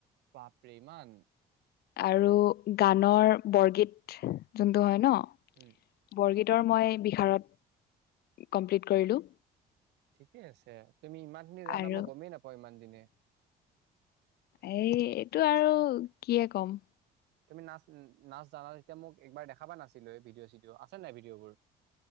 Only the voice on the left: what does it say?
আৰু গানৰ বৰগীত যোনটো হয় ন
বৰগীতৰ মই বিশহাৰত, কমপ্লিট কৰিলোঁ।
আৰু
এই এইটো আৰু কিয়ে কম।